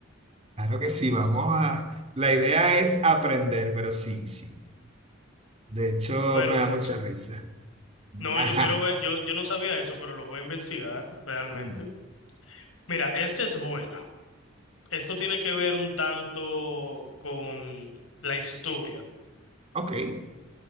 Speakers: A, on the right; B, on the left.
A: Claro que sí, vamos a... La idea es aprender, pero sí, sí. De hecho,
B: Perfecto.
A: me da mucha risa.
B: No,
A: Ajá.
B: yo quiero ver, yo, yo no sabía eso, pero lo voy a investigar realmente.
A: Mm,
B: Mira, esta es buena. Esto tiene que ver un tanto con la historia.
A: Ok.